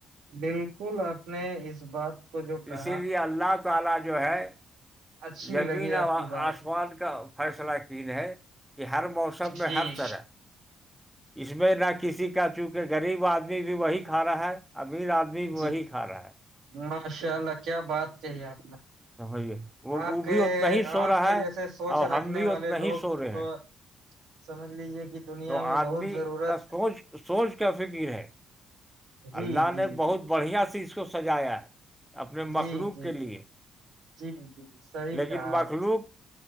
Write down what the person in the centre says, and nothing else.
اسی لیے اللہ تعالی جو ہے
زمین
مان کا فیصلہقین ہے کہ ہر موسم میں
ہر طرح اس میں نہ کسی کا چونکہ غریب آدمی بھی وہی کھا رہا ہے امیر آدمی
وہی کھا رہا ہے
سمجھیے وہ
وہ
بھی اتنا ہی سو
رہا
ہے
اور ہم
بھی
اتنا
ہی سو رہے ہیں
تو
آدمی
کا سوچ سوچ کا فکر ہے
اللہ
نے
بہت بڑھیا سے اس کو سجایا ہے اپنے
مخلوق
کے لیے
لیکن
مخلوق